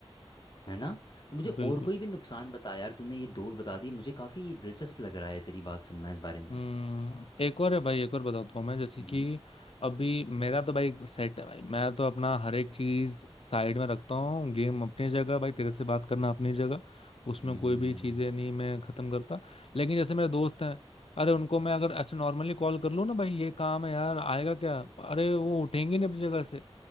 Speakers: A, on the left; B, on the left.
A: है ना तो मुझे
B: बिल्कुल
A: और कोई भी नुकसान बता यार तूने ये दो बता दिए मुझे काफ़ी दिलचस्प लग रहा है तेरी बात सुनना इस बारे में
B: हम्म एक और है भाई एक और बताता हूँ मैं जैसे
A: हम्म
B: कि अभी मेरा तो भाई सेट है भाई मैं तो अपना हर एक चीज साइड में रखता हूँ गेम अपनी जगह भाई तेरे से बात करना अपनी जगह उसमें
A: हम्म,
B: कोई भी चीजें नहीं मैं खत्म करता लेकिन जैसे मेरे दोस्त हैं अरे उनको मैं अगर ऐसे नॉर्मली कॉल कर लूँ ना भाई ये काम है यार आएगा क्या अरे वो उठेंगे नहीं अपनी जगह से